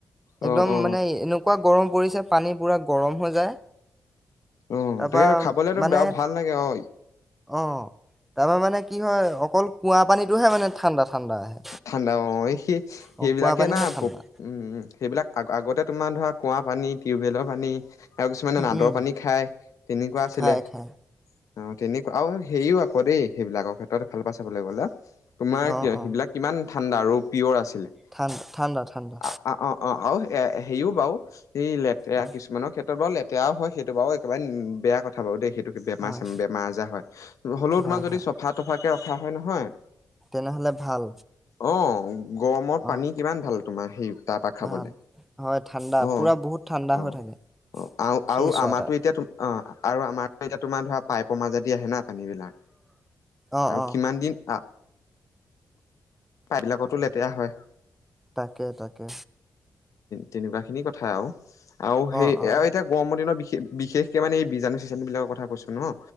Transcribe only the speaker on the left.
অ
অ
অ
তাকে খাবলেতো
বেয়া ভাল লাগে অ
ঠাণ্ডা অ', সি সেইবিলাকে
না,
উম, সেইবিলাক আ আগতে তোমাৰ ধৰ কুঁৱা পানী, টিউবৱেলৰ পানী আৰু কিছুমানে নাদৰ
পানী খায় তেনেকুৱা আছিলে
অ তেনেকুৱা আৰু হেৰিও আকৌ দেই সেইবিলাকৰ ক্ষেত্ৰত ভাল পাই চাবলৈ গ'লে। তোমাৰ
কিয়
সেইবিলাক কিমান ঠাণ্ডা আৰু পিয়ৰ আছিলে
অ অ অ আৰু এ হেৰিও বাৰু- এই লেতেৰা
কিছুমানৰ ক্ষেত্ৰত ত লেতেৰাও হয় সেইটো বাৰু একেবাৰে বেয়া কথা বাৰু দেই সেইত বেমাৰ
চেমা বেমাৰ আজাৰ হয়, হলেও
তোমাৰ যদি
চফা তফাকে- কা হয় নহয়।
অ গৰমত পানী
কিমান ভাল তোমাৰ সেই তাৰপা খাবলৈ
অ অ
অ আৰু
আৰু আমাৰো
এতিয়া অ। আৰু আমাতকে এতিয়া তোমাৰ ধৰা পাইপৰ মাজদি আহে না পানী বিলাক
আৰু
কিমান দিন আহ পাইবিলাকতো লেতেৰা হয়।
তেনেকুৱা খিনি কথা আৰু। আৰু সেই
এতিয়া
গৰমৰ দিনৰত বিশষ বিশেষকে মানে এই বীজাণু চিজানু কথা কৈছে ন।